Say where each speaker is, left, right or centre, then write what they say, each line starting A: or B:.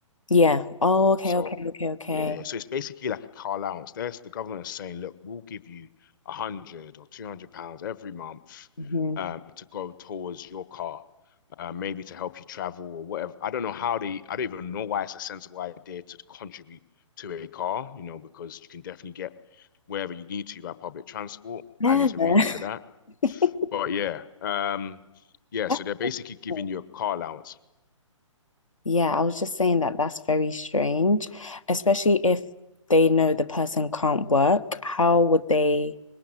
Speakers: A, on the left (about 75°); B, on the left (about 40°).
A: Yeah. Oh, okay,
B: So
A: okay, okay, okay.
B: yeah, so it's basically like a car allowance. There's the government is saying, look, we'll give you a hundred or two hundred pounds every month,
A: Mhm.
B: um, to go towards your car. Uh, maybe to help you travel or whatever. I don't know how they, I don't even know why it's a sensible idea to contribute to a car, you know, because you can definitely get wherever you need to by public transport.
A: Yeah.
B: I need to read into that.
A: <laughs>
B: But yeah, um, yeah,
A: That's
B: so they're basically giving you a car allowance.
A: Yeah, I was just saying that that's very strange, especially if they know the person can't work. How would they